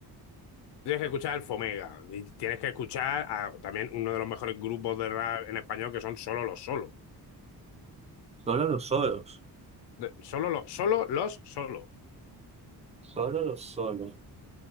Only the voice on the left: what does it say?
Tienes que escuchar el Fomega. Y tienes que escuchar a, también uno de los mejores grupos de rap en español que son solo los solos.
Solo los solo los solo.